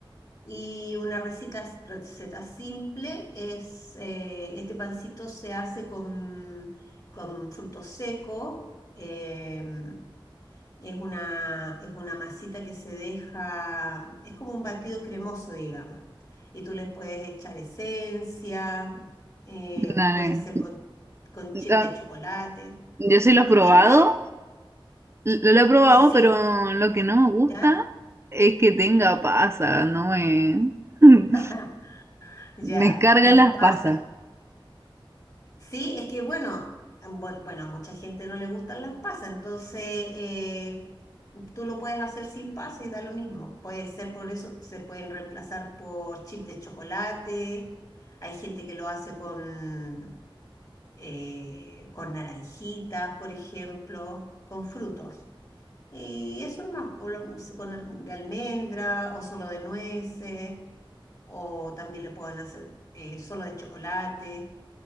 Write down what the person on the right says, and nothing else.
Dale.
Ah,
Yo sí lo he
probado,
lo, lo he probado,
pero lo que no me gusta
es que tenga
pasas, no me... <laughs>
Me cargan
las
pasas,